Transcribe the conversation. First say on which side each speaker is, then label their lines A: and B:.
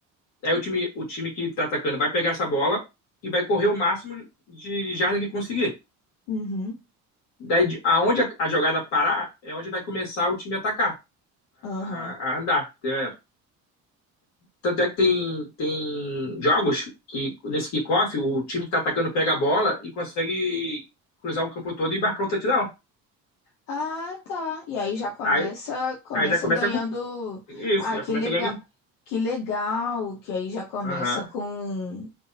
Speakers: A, on the left; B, on the left.
A: Aí o time, o time que tá atacando vai pegar essa bola e vai correr o máximo de jardas que conseguir.
B: Uhum.
A: Daí, de- aonde a, a jogada parar, é onde vai começar o time a atacar, a,
B: Aham.
A: a- a andar. É, Tanto é que tem, tem jogos que, nesse kickoff, o time que tá atacando pega a bola e consegue cruzar o campo todo e marcar um touchdown.
B: Ah, tá. E aí já começa,
A: Aí,
B: começa
A: aí já começa
B: ganhando.
A: a, isso,
B: Ah,
A: já
B: que
A: começa
B: legal,
A: ganhando.
B: que legal, que aí já começa
A: Aham.
B: com